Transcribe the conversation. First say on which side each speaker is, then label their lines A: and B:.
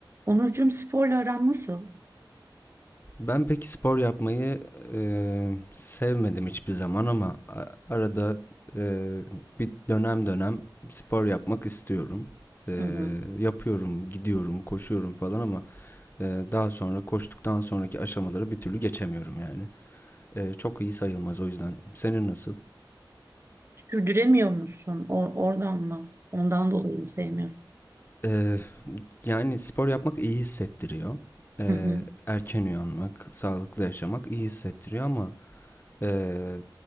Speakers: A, on the right; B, on the left.
A: Onurcuğum sporla aran nasıl?
B: Ben pek spor yapmayı eee, sevmedim hiçbir zaman ama a- arada eee, bir dönem dönem spor yapmak istiyorum. Eee,
A: Hı hı.
B: yapıyorum, gidiyorum, koşuyorum falan ama eee, daha sonra koştuktan sonraki aşamaları bir türlü geçemiyorum yani. Eee, çok iyi sayılmaz o yüzden. Senin nasıl?
A: Sürdüremiyor musun? O- oradan mı? Ondan dolayı mı sevmiyorsun?
B: Eee, yani spor yapmak iyi hissettiriyor. Eee,
A: Hı hı.
B: erken uyanmak, sağlıklı yaşamak iyi hissettiriyor ama Ee,